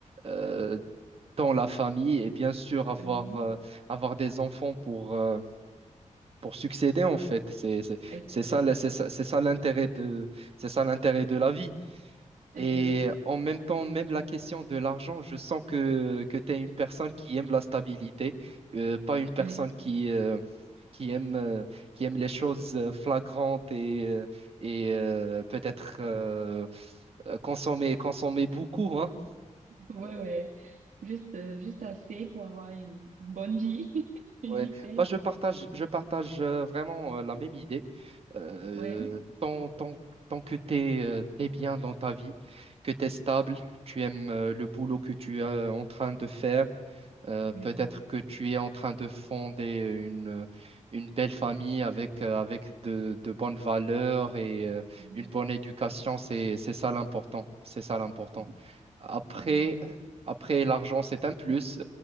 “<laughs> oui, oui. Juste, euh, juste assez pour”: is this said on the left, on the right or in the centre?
Right